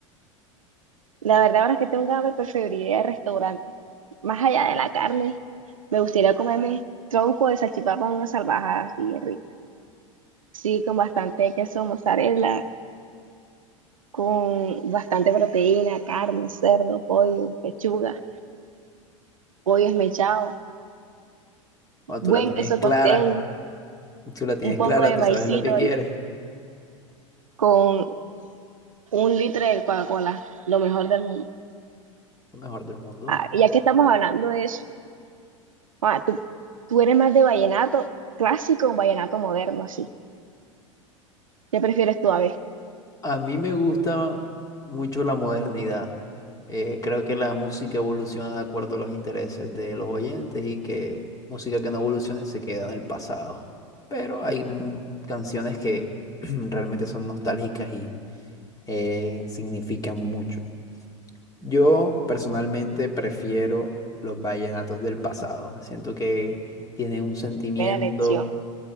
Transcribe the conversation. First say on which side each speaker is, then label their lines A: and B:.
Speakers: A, on the right; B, on the left.
A: La verdad, ahora que tengo hambre, preferiría el restaurante. Más allá de la carne, me gustaría comerme tronco de salchipapa en una salvajada así, rica. Sí, con bastante queso mozzarella, con bastante proteína, carne, cerdo, pollo, pechuga, pollo esmechado,
B: Cuando
A: buen
B: tú la tienes
A: queso
B: clara,
A: costeño,
B: tú la tienes
A: un poco
B: clara,
A: de
B: tú
A: maicito
B: sabes lo que quieres,
A: y con un litro de Coca-Cola, lo mejor del mundo.
B: lo mejor del mundo.
A: Ah, y ya que estamos hablando de eso, Ah, tú, tú eres más de vallenato clásico o vallenato moderno, así. ¿Qué prefieres tú, a ver?
B: A mí me gusta mucho la modernidad. Eh, creo que la música evoluciona de acuerdo a los intereses de los oyentes y que música que no evolucione se queda en el pasado. Pero hay mu- canciones que <clears throat> realmente son nostálgicas y eh, significan mucho. Yo personalmente prefiero los vallenatos del pasado. Siento que tienen un sentimiento,
A: Buena elección.